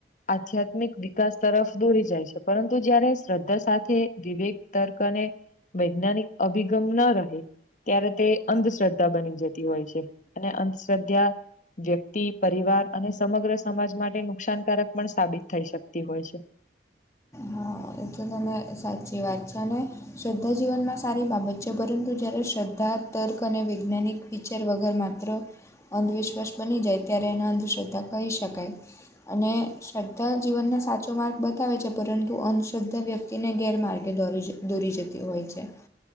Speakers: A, on the left; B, on the left.
A: આધ્યાત્મિક વિકાસ તરફ દોરી જાય છે પરંતુ જયારે શ્રદ્ધા સાથે વિવેક તર્ક અને વૈજ્ઞાનિક અભિગમ ન રહે ત્યારે તે અંધશ્રદ્ધા બની જતી હોય છે અને અંધશ્રદ્ધા વ્યક્તિ પરિવાર અને સમગ્ર સમાજ માટે નુકસાનકારક પણ સાબિત થઈ શકતી હોય છે
B: હા એ તો તમે સાચી વાત છે ને શ્રદ્ધા જીવનમાં સારી બાબત છે પરંતુ જ્યારે શ્રદ્ધા તર્ક અને વૈજ્ઞાનિક ચેર વગર માત્ર અંધવિશ્વાસ બની જાય ત્યારે એના અંધશ્રદ્ધા કહી શકાય અને શ્રદ્ધા જીવનને સાચો માર્ગ બતાવે છે પરંતુ અંધશ્રદ્ધા બધા વ્યક્તિને ગેરમાર્ગે દોરી દોરી જતી હોય છે